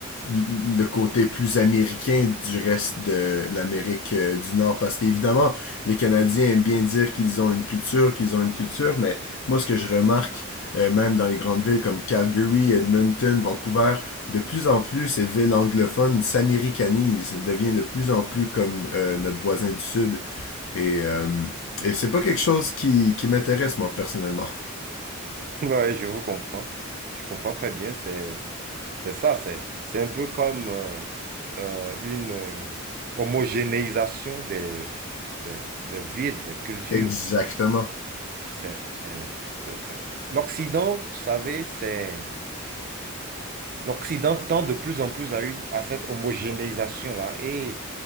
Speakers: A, on the left; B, on the right.
A: le côté plus américain du reste de l'Amérique euh, du Nord. Parce qu'évidemment, les Canadiens aiment bien dire qu'ils ont une culture, qu'ils ont une culture, mais moi, ce que je remarque, euh, même dans les grandes villes comme Calgary, Edmonton, Vancouver, de plus en plus, ces villes anglophones s'américanisent, deviennent de plus en plus comme euh, notre voisin du Sud. Et euh, et c'est pas quelque chose qui, qui m'intéresse, moi, personnellement.
B: <laughs> Ouais, je vous comprends. Je comprends très bien. C'est C'est ça, c'est, c'est un peu comme euh, euh, une euh, homogénéisation des, des, des villes, des cultures.
A: Exactement.
B: C'est, c'est- c'est- c'est- L'Occident, vous savez, c'est, l'Occident tend de plus en plus à, une, à cette homogénéisation-là. Et